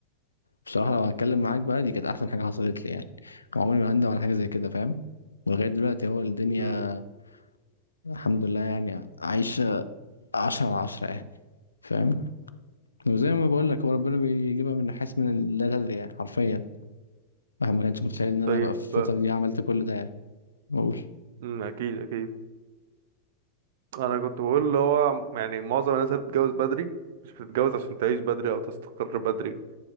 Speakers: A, on the left; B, on the right.
A: بصراحة لو هتكلم معاك بقى دي كانت أحسن حاجة حصلت لي يعني وعمري ما هندم على حاجة زي كده فاهم ولغاية دلوقتي هو الدنيا
B: امم
A: الحمد لله يعني عايشة عشرة على عشرة يعني فاهم وزي ما بقول لك هو ربنا بيجيبها من حيث من لا تدري يعني حرفيا الواحد ما كانش متخيل ان انا
B: طيب
A: بقى في الفترة دي عملت كل ده يعني بقول
B: امم اكيد اكيد انا كنت بقول اللي هو يعني معظم الناس اللي بتتجوز بدري مش بتتجوز عشان تعيش بدري او تستقر بدري